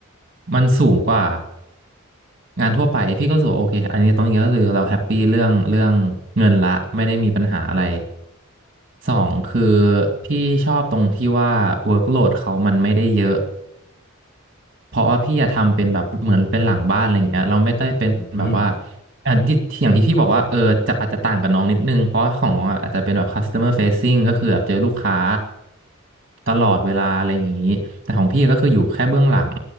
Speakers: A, on the right; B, on the left.
A: มันสูงกว่างานทั่วไปพี่ก็รู้สึกว่าโอเคอันนี้ตรงอย่างนี้ก็คือเราแฮปปี้เรื่องเรื่องเงินละไม่ได้มีปัญหาอะไรสองคือพี่ชอบตรงที่ว่า workload เขามันไม่ได้เยอะ เพราะว่าพี่อะทำเป็นแบบเหมือนเป็นหลังบ้านอะไรอย่างเงี้ยเราไม่ได้เป็นแบบว่า
B: อืม
A: อันที่ที่อย่างที่พี่บอกว่าเออจะอาจจะต่างกับน้องนิดนึงเพราะว่าของน้องอะอาจจะเป็นแบบ customer facing ก็คือแบบเจอลูกค้าตลอดเวลาอะไรอย่างงี้แต่ของพี่ก็คืออยู่แค่เบื้องหลัง